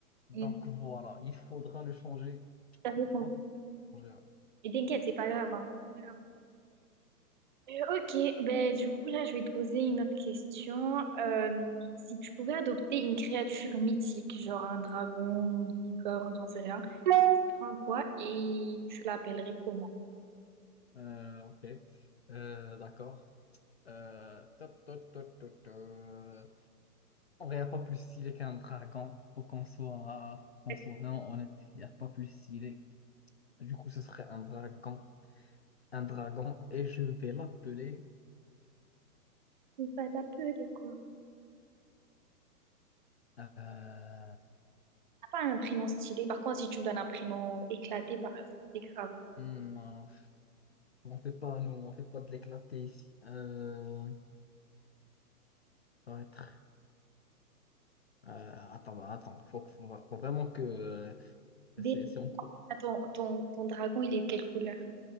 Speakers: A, on the left; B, on the right.
A: Donc
B: Il est
A: voilà, il faudra le changer.
B: tout à fait
A: Je
B: fonctionnel.
A: crois qu'il faut changer. ouais.
B: Et t'inquiète, c'est pas grave, hein. Pas grave. Euh, ok, ben du coup, là, je vais te poser une autre question. Euh, si tu pouvais adopter une créature mythique, genre un dragon, une licorne, j'en sais rien, tu prends quoi et tu l'appellerais comment?
A: Euh, ok, Euh, d'accord. Euh, ta, ta, ta, ta, ta. En vrai, il n'y a pas plus stylé qu'un dragon. Faut qu'on soit, faut qu'on
B: Tu
A: soit vraiment honnête. Il n'y a pas plus stylé. Du coup, ce serait un dragon. Un dragon. Et je vais l'appeler.
B: vas l'appeler quoi?
A: euh,
B: Pas un prénom stylé. Par contre, si tu me donnes un prénom éclaté, par... c'est grave. hein.
A: hmm, Non. On fait pas, nous, on fait pas de l'éclaté ici. Euh, ça va être- euh, attends, bah, attends, faut, que- faut- faut vraiment que euh,
B: Dé-
A: c'est c'est en cours.
B: Ah, Ton, ton, ton dragon, il est de quelle couleur?